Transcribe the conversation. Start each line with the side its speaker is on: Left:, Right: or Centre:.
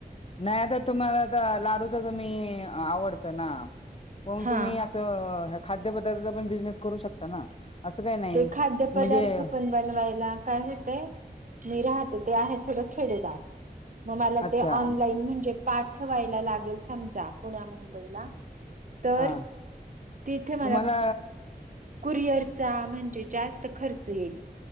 Left: नाही आता तुम्हाला तर लाडूच त मी आवडतं ना. मग
Right: हा
Left: तुम्ही असं खाद्यपदार्थाचा पण बिझनेस करू शकता ना. असं काही नाही
Right: ते खाद्य
Left: म्हणजे
Right: पदार्थ पण बनवायला काय होतेय, मी राहते ते आहे थोड खेडेगाव मग मला
Left: अच्छा
Right: ते ऑनलाईन म्हणजे पाठवायला लागेल समजा. पुण्या मुंबईला तर
Left: हा
Right: तिथे मला
Left: तुम्हाला
Right: कुरिअरचा म्हणजे जास्त खर्च येईल